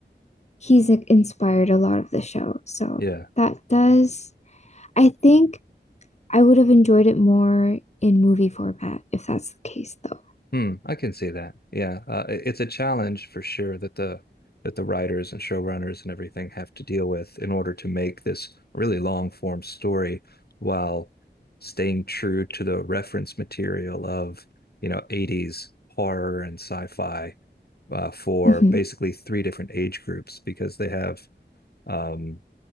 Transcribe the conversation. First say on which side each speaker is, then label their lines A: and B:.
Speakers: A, on the left; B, on the left.
A: he's like, inspired a lot of the show. So
B: yeah.
A: that does, I think I would have enjoyed it more in movie format if that's the case, though.
B: Hmm, I can see that. Yeah, uh, i- it's a challenge for sure that the that the writers and showrunners and everything have to deal with in order to make this really long form story while staying true to the reference material of, you know, 80s horror and sci-fi uh, for
A: hmm
B: basically three different age groups because they have um,